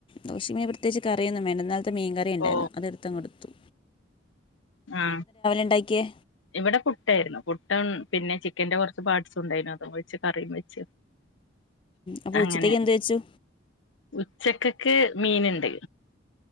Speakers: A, on the left (about 25°); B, on the left (about 80°).
A: ദോശമേ പ്രത്യേകിച്ച് കറിയൊന്നും വേണ്ട ഇന്നൽത്തെ മീൻ കറിണ്ടായിരുന്നു
B: ഓ
A: അത് എടുത്തങ്ടുത്തു.
B: ആ
A: ഉണ്ടാക്കിയേ
B: ഇവിടെ പുട്ടായിരുന്നു പുട്ടും പിന്നെ ചി ചിക്കന്റെ കുറച്ച് പാർട്സും ഉണ്ടായിരുന്നു അതും വെച്ച് കറിയും വെച്ച്
A: അപ്പോൾ
B: അങ്ങനെ
A: ഉച്ചത്തേക്ക് എന്ത് വെച്ചു
B: ഉച്ചക്കെക്ക് മീനുണ്ട്